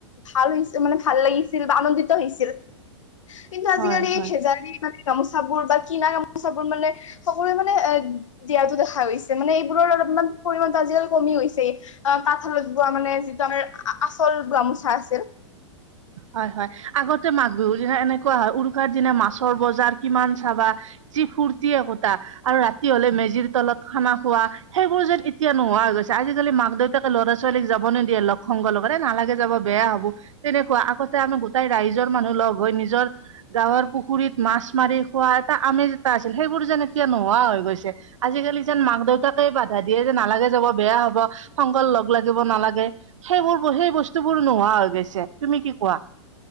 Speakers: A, on the left; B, on the right.
A: ভাল হৈছিল মানে ভাল লাগিছিল বা আনন্দিত হৈছিল কিন্তু আজিকালি
B: হয় হয়
A: এই শেজাৰী গামোচ বোৰ বা কিনা গামোচা বোৰ মানে সকলোৱে মানে এ দিয়া দেখা গৈছে মানে এইবোৰৰ লগ মান পৰিমাণতটো আজিকালি কমি হৈছেই অ তাঁতশালত বোৱা মানে তমে আচল গামোচা আছিল
B: হয় হয় আগতে মাঘ বিহুৰ দিনা এনেকুৱা হয় উৰুকাৰ দিনা মাছৰ বজাৰ কিমান চাবা যি ফূৰ্তি একোটা আৰু ৰাতি হলে মেজিৰ তলত খানা খোৱা সেইবোৰ যেন এতিয়া নোহোৱা গৈছে আজিকালি মাক দেউতাকে ল'ৰা ছোৱালীক যাব নিদিয়ে লগ সংগৰ লগতে নালাগে যাব বেয়া হব তেনেকুৱা আগতে আমি গোটেই ৰাইজৰ মানুহ লগ হৈ নিজৰ গাঁৱৰ পুখুৰীত মাছ মাৰি খোৱাৰ এটা আমে যেটা আছিল সেইবোৰ যেন এতিয়া নোহোৱা হৈ গৈছে আজিকালি যেন মাক দেউতাকে বাধা দিয়ে যে নালাগে যাব বেয়া হ'ব। সংকল লগ লাগিব নালাগে। সেইবোৰ সেই বস্তু বোৰ নোহোৱা হৈ গৈছে। তুমি কি কোৱা?